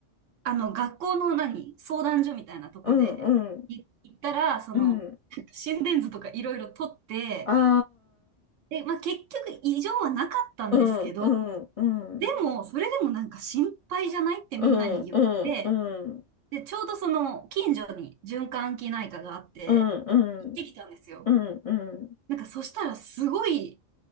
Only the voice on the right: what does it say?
あの、学校の何相談所みたいなとこでい行ったら、
その、
心電図とかいろいろ取って、
で、まあ、結局異常はなかったんですけど、
でも、それでもなんか心配じゃないってみんなに言って、
で、ちょうどその近所に循環器内科があって、
行ってきたんですよ。
なんかそしたらすごい